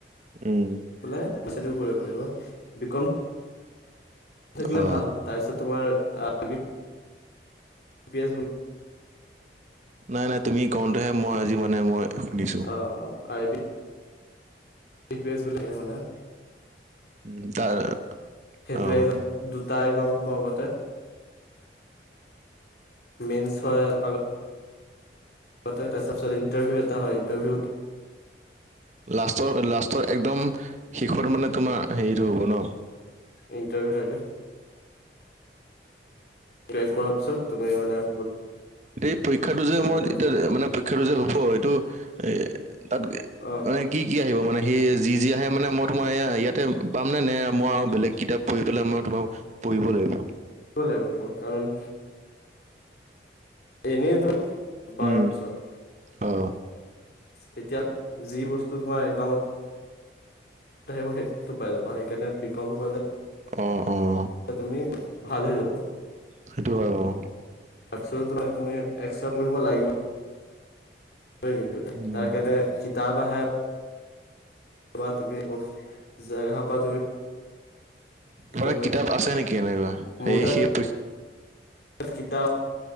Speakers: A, on the right; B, on the left.
A: উম'।
B: পেলায় বেছি দূৰ কৰিব পাৰিবা, বিকম থাকিলে
A: অ
B: ভাল। তাৰপিছত তোমাৰ- পিয়া <unintelligible>
A: নাই নাই তুমি কওঁতেহে মই আজি মানে মই- শুনিছো
B: অহ-অহ' আৰু- ই পি এছ <unintelligible> লাগে মানে ৷
A: উমঁ' তাৰ
B: সেইটো
A: অ
B: একজাম, দুটা একজাম হ'ব আগতে। মন্ছ হয় আগ তে তাৰ পিছত ইন্টাৰভিউ এটা হয়, ইন্টাৰভিউ
A: লাষ্টৰ, লাষ্টৰ একদম শেষত মানে তোমাৰ হেৰিটো হ'ব ন?
B: ইণ্টাৰভিউ লাগে। <unintelligible> কৰাৰ পিছত তুমি মানে
A: এই পৰীক্ষাটো যে মই
B: যাবা
A: এতিয়া মানে পৰীক্ষাটো যে হ'ব এইটো এ তাত
B: অ
A: মানে কি কি আহিব মানে সি যি যি আহে মানে মই তোমাৰ ইয়াতে পামনে, নে মই আৰু বেলেগ কিতাপ পঢ়ি পেলাই মই তোমাৰ পঢ়িব লাগিব।
B: পঢ়িব লাগিব তোমাৰ কাৰণ এনেই তোমাৰ বাৰৰ
A: উম।
B: পিছত-
A: অ
B: তেতিয়া হ'লে যি বস্তু তোমাৰ একজামত আহিব সেইটোতো পাই যাবা। সেইকাৰণে বিকম কৰিলে
A: অহ-অহ'।
B: তুমি ভাল হৈ যাব।
A: সেইটো হয় বাৰু।
B: তাৰপিছতো তোমাৰ তুমি এক্সট্ৰা পঢ়িব লাগিব- পাৰে কিন্তু
A: উম।
B: তাৰ কাৰণে কিতাপ আহে। <unintelligible> তুমি জেগাপৰা তুমি-
A: তোমাৰ
B: পঢ়িব
A: লগত কিতাপ
B: পাৰা
A: আছে নেকি এনেকুৱা?
B: মোৰ
A: এই সেই
B: কিতাপ